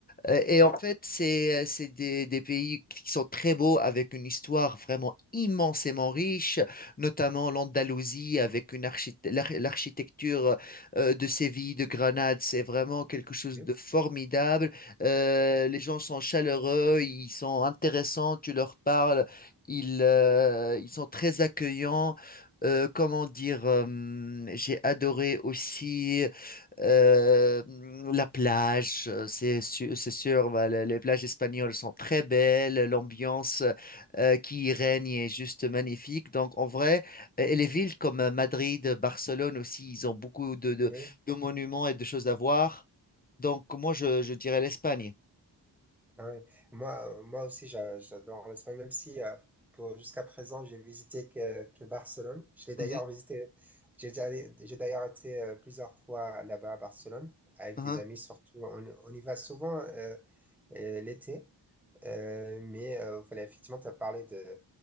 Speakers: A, on the left; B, in the centre.
A: euh, Et en fait, c'est, euh, c'est des, des pays qui sont très beaux, avec une histoire vraiment immensément riche, notamment l'Andalousie, avec une archite- l'ar- l'architecture euh, de Séville, de Grenade, c'est vraiment quelque chose
B: Oui.
A: de formidable. Euh, les gens sont chaleureux, ils sont intéressants, tu leur parles, ils, euh, ils sont très accueillants. Euh, comment dire, euh, j'ai adoré aussi. Euh, la plage, euh, c'est sûr, c'est sûr, bah, les les plages espagnoles sont très belles, l'ambiance euh, qui y règne est juste magnifique. Donc, en vrai, et les villes comme euh, Madrid, Barcelone aussi, ils ont beaucoup de, de,
B: Oui.
A: de monuments et de choses à voir. Donc, moi, je, je dirais l'Espagne.
B: Ah ouais. Moi, euh, moi aussi, j'a- j'adore l'Espagne, même si euh, pour- jusqu'à présent, j'ai visité que, que Barcelone. Je l'ai d'ailleurs
A: Mhm,
B: visité, j'ai déjà- j'ai d'ailleurs été euh, plusieurs fois là-bas à Barcelone, avec
A: mhm.
B: des amis surtout. On, on y va souvent euh, euh, l'été, Euh, mais euh, voilà, effectivement, tu as parlé de,